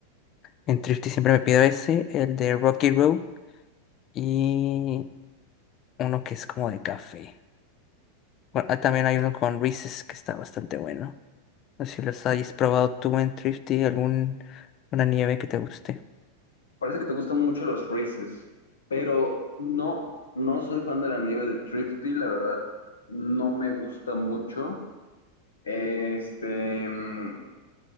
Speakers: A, on the left; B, on the left.
A: En Thrifty siempre me pido ese, el de Rocky Road. y uno que es como de café. Bueno, ah, también hay uno con Reese's que está bastante bueno. No sé si los hayas probado tú en Thrifty, algún una nieve que te guste.
B: Parece que te gustan mucho los Reese's, pero no, no soy fan de la nieve de Thrifty, la verdad, no me gusta mucho. Este, mm,